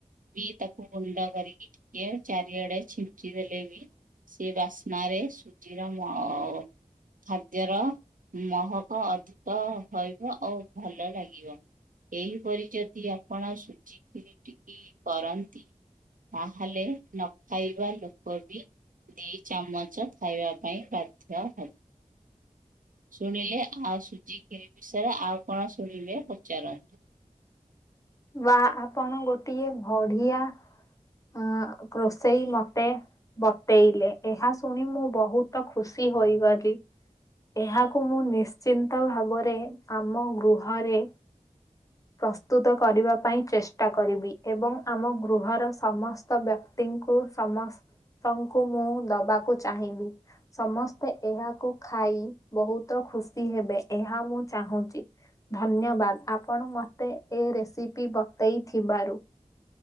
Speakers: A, on the right; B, on the left.
A: ବି ତାକୁ ଗୁଣ୍ଡ କରିକି ଟିକେ ଚାରିଆଡେ ଛିଞ୍ଚି ଦେଲେ ବି ସେ ବାସ୍ନ ରେ ସୁଜିର ମ ଅ ଖାଦ୍ୟର ମହକ ଅଧିକ ହଇବ ଓ ଭଲ ଲାଗିବ। ଏହି ପରି ଯଦି ଆପ ଆପଣ ସୁଜି ଖିରି ଟିକି କରନ୍ତି ତାହେଲେ ନ ଖାଇବା ଲୋ କୋବି ଦି ଚାମଚ ଖାଇବା ପାଇଁ ବାଧ୍ୟ ହବ। ଶୁଣିଲେ ଆଉ ସୁଜି କ୍ଷିରି ବିଷୟରେ ଆଉ କଣ ଶୁଣିବେ ପଚାରନ୍ତୁ।
B: ୱା ଆପଣ ଗୋଟିଏ ବଢିଆ ଆଁ ରୋଷେଇ ମତେ ବତେଇଲେ ଏହା ଶୁଣି ମୁଁ ବହୁତ ଖୁସି ହୋଇଗଲି। ଏହାକୁ ମୁଁ ନିଶ୍ଚିନ୍ତ ଭାବରେ ଆମ ଗୃହରେ ପ୍ରସ୍ତୁତ କରିବା ପାଇଁ ଚେଷ୍ଟା କରିବି ଏବଂ ଆମ ଗୃହର ସମସ୍ତ ବ୍ୟକ କ୍ତିଙ୍କୁ ସମସ୍ତଙ୍କୁ ମୁଁ ଦବାକୁ ଚାହିଁବି। ସମସ୍ତେ ଏହାକୁ ଖାଇ ବହୁତ ଖୁସି ହେବେ ଏହା ମୁଁ ଚାହୁଁଚି। ଧନ୍ୟବାଦ ଆପଣ ମତେ ଏ ରେସିପି ବତେଇଥିବାରୁ।